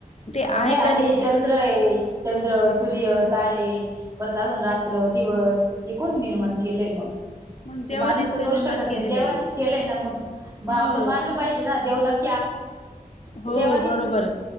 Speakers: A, on the left; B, on the right.
A: आहे
B: मग नाही आता
A: का
B: हे चंद्र आहे चंद्र सूर्य तारे परत अजून रात्र दिवस हे कोण निर्माण केलंय मग
A: मग देवानेच
B: ते माणूस तर करू
A: निर्माण
B: शकत
A: केलेलं
B: नाही देवानीच
A: आहे
B: केलाय ना मग म
A: हो
B: आपण मानलं पाहिजे ना देव नक्की
A: हो
B: देनी
A: बरोबर